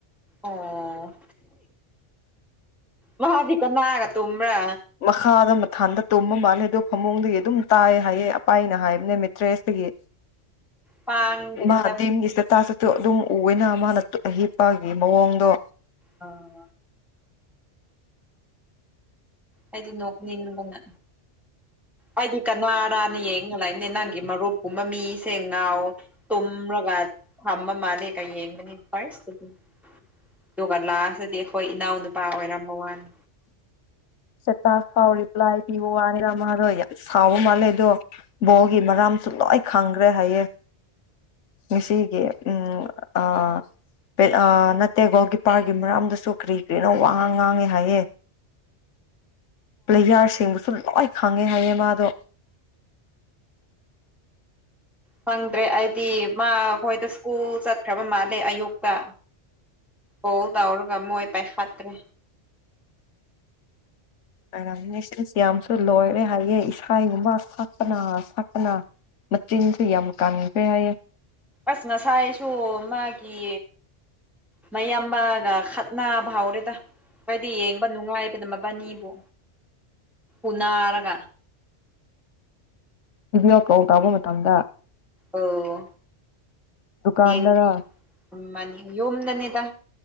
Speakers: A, in the centre; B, on the left.
A: ꯑꯣ ꯃꯥꯗꯤ ꯀꯅꯒ ꯇꯣꯝꯕ꯭ꯔꯥ
B: ꯃꯈꯥꯗ ꯃꯊꯥꯟꯗ ꯇꯨꯝꯕ ꯃꯥꯜꯂꯦ ꯑꯗꯣ ꯐꯃꯨꯡꯗꯒꯤ ꯑꯗꯨꯝ ꯇꯥꯏꯌꯦ ꯍꯥꯏꯌꯦ ꯑꯄꯥꯏꯅ ꯍꯥꯏꯕꯅꯦ ꯇ꯭ꯔꯦꯁꯇꯒꯤ
A: ꯄꯥꯡꯗꯔꯦꯗ
B: ꯃꯥ <unintelligible> <unintelligible>
A: ꯃꯁꯤ
B: ꯑꯗꯨꯝ ꯎꯋꯦꯅ ꯃꯥꯅ ꯍꯤꯞꯄꯒꯤ ꯃꯑꯣꯡꯗꯣ
A: ꯑꯥ ꯑꯩꯗꯤ ꯅꯣꯛꯅꯤꯡꯕꯅ ꯑꯩꯗꯤ ꯀꯅꯥꯔꯥꯅ ꯌꯦꯡꯉꯒ ꯂꯩꯕꯅꯦ ꯅꯪꯒꯤ ꯃꯔꯨꯞꯀꯨꯝꯕ ꯃꯤꯁꯦ ꯉꯥꯎ ꯇꯨꯝꯔꯒ ꯊꯝꯕ ꯃꯥꯜꯂꯦ ꯀꯩ ꯌꯦꯡꯒꯅꯤ ꯐꯔꯁ <unintelligible> ꯑꯗꯨꯒ ꯂꯥꯁꯇꯗꯤ ꯑꯩꯈꯣꯏ ꯏꯅꯥꯎ ꯅꯨꯄꯥ ꯑꯣꯏꯔꯝꯕ ꯋꯥꯅꯤ
B: <unintelligible> ꯐꯥꯎ ꯔꯤꯄ꯭ꯂꯥꯏ ꯄꯤꯕ ꯋꯥꯅꯤꯗ ꯃꯥꯗꯣ ꯌꯥꯝ ꯁꯥꯎꯕ ꯃꯥꯜꯂꯦ ꯑꯗꯨ ꯕꯣꯜꯒꯤ ꯃꯔꯝꯁꯨ ꯂꯣꯏ ꯈꯪꯒ꯭ꯔꯦ ꯍꯥꯏꯌꯦ ꯉꯁꯤꯒꯤ ꯎꯝ ꯑꯥ <unintelligible> ꯑꯥ ꯅꯠꯇꯦ ꯒꯣꯜ ꯀꯤꯄ꯭ꯔꯒꯤ ꯃꯔꯝꯗꯁꯨ ꯀꯔꯤ ꯀꯔꯤꯅꯣ ꯋꯥ <unintelligible> ꯉꯥꯡꯉꯦ ꯍꯥꯏꯌꯦ ꯄ꯭ꯂꯦꯌꯥꯔ ꯁꯤꯡꯕꯨꯁꯨ ꯂꯣꯏ ꯈꯪꯉꯦ ꯍꯥꯏꯌꯦ ꯃꯥꯗꯣ
A: ꯐꯪꯗ꯭ꯔꯦ ꯑꯩꯗꯤ ꯃꯥ ꯑꯩꯈꯣꯏꯗ ꯁ꯭ꯀꯨꯜ ꯆꯠꯈ꯭ꯔꯕ ꯃꯥꯜꯂꯦ ꯑꯌꯨꯛꯇ ꯀꯣꯜ ꯇꯧꯔꯒ ꯃꯣꯏ ꯄꯥꯏꯈꯠꯇ꯭ꯔꯤ
B: <unintelligible> ꯌꯥꯝꯁꯨ ꯂꯣꯏꯔꯦ ꯍꯥꯏꯌꯦ ꯏꯁꯩꯒꯨꯝꯕ ꯁꯛꯄꯅ ꯁꯛꯄꯅ ꯃꯆꯤꯟꯁꯨ ꯌꯥꯝ ꯀꯟꯈ꯭ꯔꯦ ꯍꯥꯏꯌꯦ
A: ꯑꯁ ꯉꯁꯥꯏꯁꯨ ꯃꯥꯒꯤ ꯃꯌꯥꯝꯕꯒ ꯈꯠꯅꯕ ꯍꯧꯔꯤꯗ <unintelligible> ꯌꯦꯡꯕ ꯅꯨꯡꯉꯥꯏꯕꯅ ꯃꯕꯥꯅꯤꯕꯨ ꯎꯅꯥꯔꯒ
B: ꯕꯤꯗꯤꯌꯣ ꯀꯣꯜ ꯇꯧꯕ ꯃꯇꯝꯗ
A: ꯑꯣ
B: ꯗꯨꯀꯥꯟꯗꯔ
A: <unintelligible> ꯎꯝ ꯃꯥꯅꯤ ꯌꯨꯝꯗꯅꯤꯗ